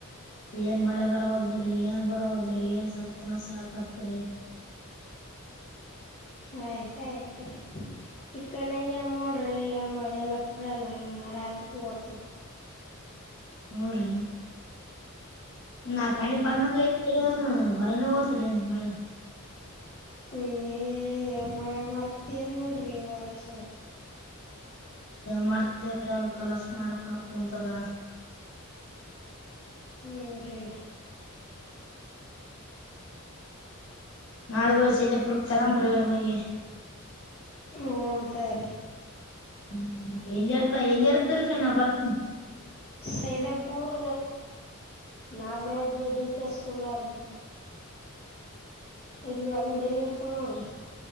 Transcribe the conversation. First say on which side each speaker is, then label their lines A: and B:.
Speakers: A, on the left; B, on the left.
A: ಏನ್ ಮಳೆ ಬರವಲ್ದ್ರಿ ಏನ್ ಬರವಲ್್ರಿ ಏನ್ ಸತ್ತನ ಸಾಕತ್್ರಿ
B: ಆಯ್ತ್ಾಯ್ತ್ರಿ ಈ ಕಡೆ ನಂಗೆ ಅಮ್ಮೋಡ್ರಿ ಅಮ್ಮ ಮೆಲ್ಲ ಪುಳೆಲ್ಲ ಮಾಡಡಾ ಆತ ತು ಅತು
A: ಹ ರೀ ನಕಾಣ
B: ಹ್ಞೂ ರೀ
A: ಬಂದಂಗಯತರಿನು ಬರನ ಹಲ್ತ್ರಿೀ ಮಳೆ
B: ಏ ಮಳೆ ಬರ್ತನ್ಲ್ರರಿ ವರ್ಸ
A: ಮಾಡ್ತಿದ್ದನ್್ರಿ ಅಲ್ ಕಲಸ ಮಾಡಪ ಕುಂತದ
B: ಹ್ಮ ರೇ
A: ನಾಳಗ ವಸ ಇದೆ ಪುರ್ಕ್ ತರಾಮ್ರಿ ಹೋಗಿ
B: ಸ ರೀ
A: ಹ್ಮ ಎಲ್ಲಿ ಇರ್ತ ಎಲ್ಲಿ ಇರ್ತರಿ ನಾ್ ಬರ್ತನಿ
B: ಸೇದಪೂರ್ ನಾಗರಡ್ಡಿ ಡಿ ಕೆೇಶ ಕುಮಾರ್ ಇಲ್ಲಿ ಅಂಗಡಿಯಲ್ಲಿ ಇರ್ತ ನೋಡ್ರಿ